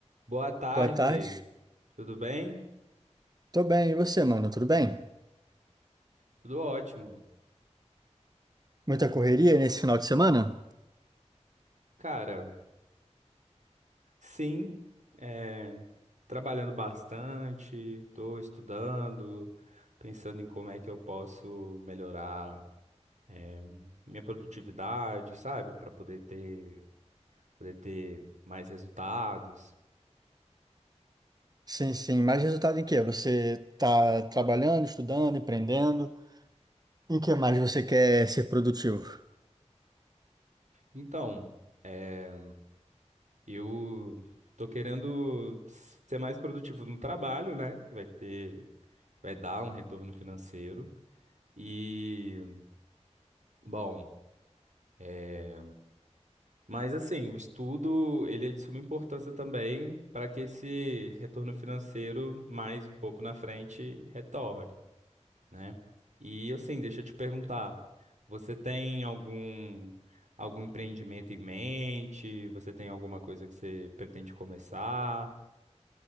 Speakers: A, on the right; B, on the right.
A: Boa tarde,
B: Boa tarde.
A: tudo bem?
B: Tô bem, e você, mano? Tudo bem?
A: Tudo ótimo.
B: Muita correria nesse final de semana?
A: Cara, sim, é, trabalhando bastante, estou estudando, pensando em como é que eu posso melhorar, é, minha produtividade, sabe? Para poder ter, poder ter mais resultados.
B: Sim, sim. Mais resultado em quê? Você tá trabalhando, estudando, empreendendo? Em que mais você quer ser produtivo?
A: Então, é, eu tô querendo ser mais produtivo no trabalho, né? Que Vai ter, vai dar um retorno financeiro. E, bom. É, mas assim, o estudo ele é de suma importância também para que esse retorno financeiro mais um pouco na frente retorne, né? E assim, deixa eu te perguntar, você tem algum algum empreendimento em mente? Você tem alguma coisa que você pretende começar?